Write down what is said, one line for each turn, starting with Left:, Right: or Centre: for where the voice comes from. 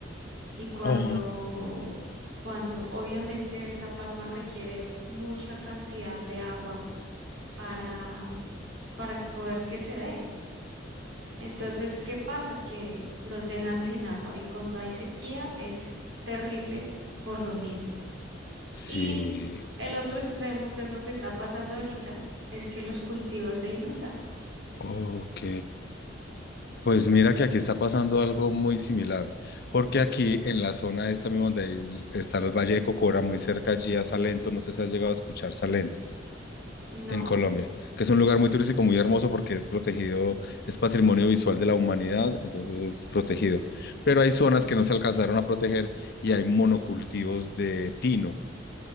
Right: Y cuando,
Left: Oh,
Right: cuando obviamente esta palma requiere mucha cantidad de agua para, para que poder que se dé. Entonces, ¿qué pasa? Que nos dejan sin agua y cuando hay sequía es terrible por lo mismo.
Left: sí.
Right: Y El otro extremo, que es lo que está pasando ahorita, es que los cultivos se inundan.
Left: Ok. Pues mira que aquí está pasando algo muy similar, porque aquí en la zona esta misma donde hay- está el Valle de Cocora, muy cerca allí a Salento, no sé si has llegado a escuchar Salento
Right: No,
Left: en Colombia, que es un lugar muy turístico, muy hermoso porque es protegido, es patrimonio visual de la humanidad, entonces es protegido. Pero hay zonas que no se alcanzaron a proteger y hay monocultivos de pino.